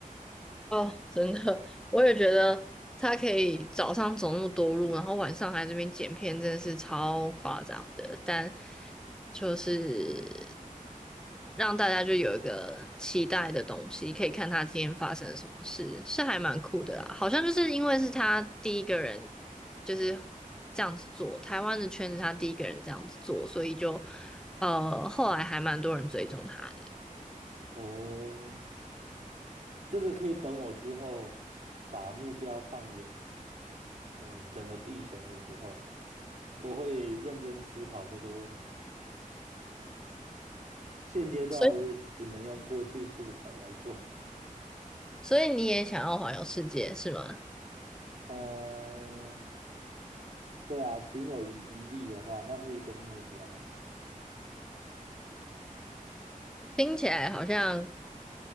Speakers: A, in the centre; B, on the right.
A: 哦，真的，我也觉得他可以早上走那么多路，然后晚上还这边剪片，真的是超夸张的。但就是让大家就有一个期待的东西，可以看他今天发生了什么事，是还蛮酷的啦。好像就是因为是他第一个人就是这样子做，台湾的圈子他第一个人这样子做，所以就呃后来还蛮多人追踪他的。
B: <laughs> 哦，这个可以等我之后把目标放眼呃整个地球的时候，我会认真思考这个问题。现阶段我也只能用过去素材来做。
A: 所以，
B: <laughs>
A: 所以你也想要环游世界是吗？
B: 嗯、对啊，行有余余力的话，那是一个目标了。
A: 听起来好像